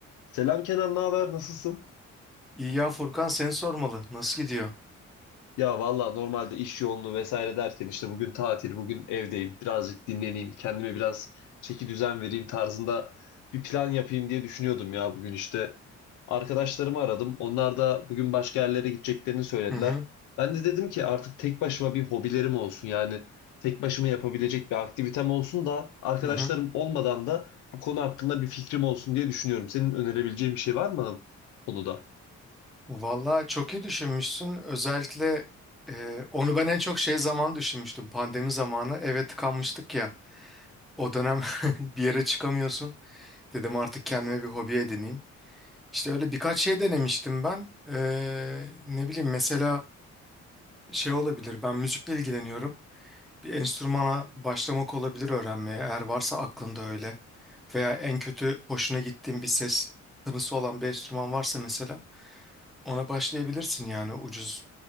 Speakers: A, on the left; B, in the centre.
A: Selam Kenan, ne haber? Nasılsın?
B: İyi ya Furkan seni sormalı. Nasıl gidiyor?
A: Ya valla normalde iş yoğunluğu vesaire derken işte bugün tatil, bugün evdeyim. Birazcık dinleneyim, kendime biraz çeki düzen vereyim tarzında bir plan yapayım diye düşünüyordum ya bugün işte. Arkadaşlarımı aradım. Onlar da bugün başka yerlere gideceklerini söylediler.
B: Hı hı,
A: Ben de dedim ki artık tek başıma bir hobilerim olsun. Yani tek başıma yapabilecek bir aktivitem olsun da arkadaşlarım
B: hı hı.
A: olmadan da bu konu hakkında bir fikrim olsun diye düşünüyorum. Senin önerebileceğin bir şey var mı bana bu konuda?
B: Valla çok iyi düşünmüşsün. Özellikle e, onu ben en çok şey zaman düşünmüştüm. Pandemi zamanı eve tıkanmıştık ya. O dönem <laughs> bir yere çıkamıyorsun. Dedim artık kendime bir hobi edineyim. İşte öyle birkaç şey denemiştim ben. E, ne bileyim mesela şey olabilir. Ben müzikle ilgileniyorum. Bir enstrümana başlamak olabilir öğrenmeye. Eğer varsa aklında öyle. Veya en kötü hoşuna gittiğin bir ses tınısı olan bir enstrüman varsa mesela Ona başlayabilirsin yani ucuz